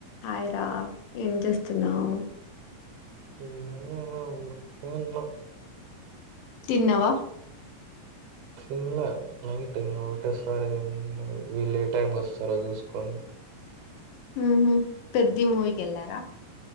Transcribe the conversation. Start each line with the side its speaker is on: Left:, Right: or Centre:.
Left: Hi రా ఏం చేస్తున్నావ్
Right: ఇలా ఊరుకె ఉన్న
Left: తిన్న వా
Right: తిన్న నైట్ ఒకటేసారి వీళ్ళు ఏ టైంకి వస్తారో చూసుకొని
Left: ఊహు పెద్ది మూవీకి వెల్లార